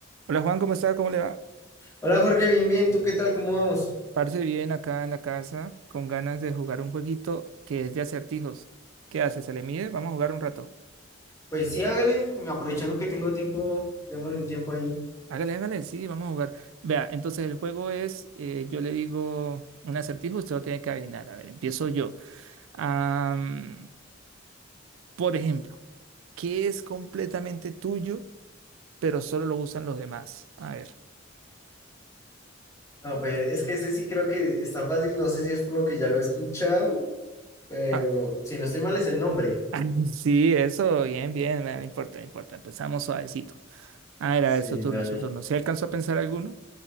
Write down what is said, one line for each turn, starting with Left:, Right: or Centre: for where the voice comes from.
Right: Hola Juan, ¿cómo está? ¿Cómo le va?
Left: Hola Jorge, bien, bien, ¿tú qué tal? ¿Cómo vamos?
Right: Parce bien acá en la casa, con ganas de jugar un jueguito que es de acertijos. ¿Qué hace? ¿Se le mide? Vamos a jugar un rato.
Left: Pues sí, hágale, aprovechando que tengo tiempo, démosle un tiempo ahí.
Right: Hágale, hágale, sí, vamos a jugar. Vea, entonces el juego es, eh, yo le digo un acertijo, usted lo tiene que adivinar. A ver, empiezo yo. Am, por ejemplo, ¿qué es completamente tuyo, pero solo lo usan los demás? A ver.
Left: No, pues es que ese sí creo que está fácil, no sé si es por lo que ya lo he escuchado, pero
Right: Ah,
Left: si no estoy mal es el nombre.
Right: <laughs> ah, sí, eso, bien, bien, no importa, no importa. Empezamos suavecito. A ver,
Left: Sí,
Right: a ver, su turno,
Left: dale.
Right: su turno. ¿Se alcanzó a pensar alguno?